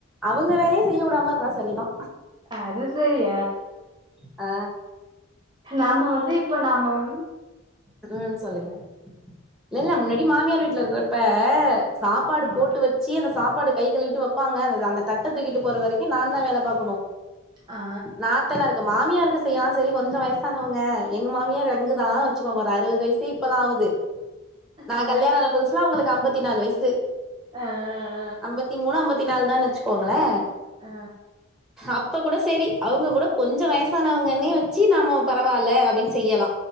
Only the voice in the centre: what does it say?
அவுங்க வேலைய செய்ய வுடாம இருந்தா சரிதா
ஆ
உக்ஷம் சொல்லுங்க இல்ல இல்ல முன்னாடி மாமியார் வீட்ல இருக்றப்ப சாப்பாடு
போட்டு வச் ச்சி அந்த சாப்பாடு கை கழுவிட்டு வைப்பாங்க அந்த அந்த தட்ட தூக்கிட்டு போறது வரைக்கு நா தா வேல பாக்கணு
நாத்தனார்க்கு மாமியார்க்கு செய்யாலா செரி கொஞ்சோ வயசானவங்க எங்க மாமியார் எங்குதா ச்சுகோங்க ஒரு அறுவது வயசு இப்பதா ஆவுது நா
கல்யாண ஆனா புதுசுல அவுங்களுக்கு அம்பத்தி நாலு வயசு
அம்பத்தி மூணு அம்பத்தி நாலு தான் வச்சுக்கோங்ளே
அப்போ கூட சரி அவுங்க கூட கொஞ்சோ வயசானவங்கனே வச்சு நாம பரவால்ல அப்டின் செய்யலா